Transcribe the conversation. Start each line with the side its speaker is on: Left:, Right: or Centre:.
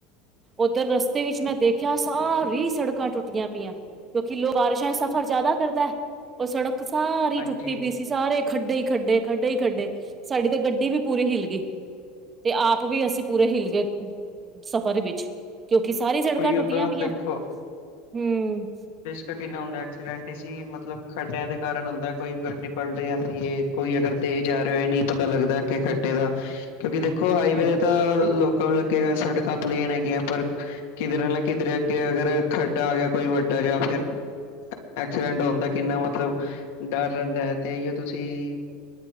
Right: ਓਧਰ ਰਸਤੇ ਵਿੱਚ ਮੈਂ ਦੇਖਿਆ, ਸਾਰੀ ਸੜਕਾਂ ਟੁੱਟੀਆਂ ਪਈਆਂ। ਕਿਉਕਿ ਲੋ ਬਾਰਿਸ਼ਾਂ ਸਫ਼ਰ ਜ਼ਾਦਾ ਕਰਦਾ। ਓ ਸੜਕ ਸਾਰੀ
Left: ਹਾਂਜੀ
Right: ਟੁੱਟੀ ਪੀ ਸੀ, ਸਾਰੇ ਖੱਡੇ ਈ ਖੱਡੇ, ਖੱਡੇ ਈ ਖੱਡੇ ਸਾਡੀ ਤੇ ਗੱ ਗੱਡੀ ਵੀ ਪੂਰੀ ਹਿੱਲ ਗੀ ਤੇ ਆਪ ਵੀ ਅਸੀਂ ਪੂਰੇ ਹਿੱਲ ਗੇ ਸਫ਼ਰ ਵਿੱਚ। ਕਿਉਂਕਿ ਸਾਰੀ ਸੜਕਾਂ
Left: ਉਈ
Right: ਟੁੱਟੀਆਂ
Left: ਤਾਂ
Right: ਪੀਆਂ,
Left: ਦੇਖੋ
Right: ਹੂੰ।
Left: ਤੇ ਕਿੰਨਾ ਹੁੰਦਾ ਐਕਸੀਡੈਂਟ ਈ ਸੀ, ਮਤਲਬ ਖੱਡਿਆਂ ਦੇ ਕਾਰਨ ਹੁੰਦਾ ਕੋਈ ਗੱਡੀ ਪਲਟ ਜਾਂਦੀ ਏ। ਕੋਈ ਅਗਰ ਤੇਜ਼ ਆ ਰਿਆ ਓਏ ਨਈ ਪਤਾ ਲੱਗਦਾ ਏਥੇ ਖੱਡੇ ਦਾ। ਕਿਉਂਕਿ ਦੇਖੋ ਹਾਈਵੇ ਤਾਂ ਲੋਕਾਂ ਨੂੰ ਲੱਗੇ ਗਾਂ ਸੜਕਾਂ ਪਲੇਨ ਹੈਗੀਆਂ। ਪਰ ਕਿੱਧਰੇ ਨਾਲ ਕਿੱਧਰੇ ਅੱਗੇ ਅਗਰ ਖੱਡਾ ਆ ਗਿਆ ਕੋਈ ਵੱਡਾ ਜਿਆ ਫੇਰ ਐਕਸੀਡੈਂਟ ਹੋਣ ਦਾ ਕਿੰਨਾ ਮਤਲਬ ਡਰ ਰੈਂਦਾ, ਐ ਤੇ ਏਈਓ ਤੁਸੀਂ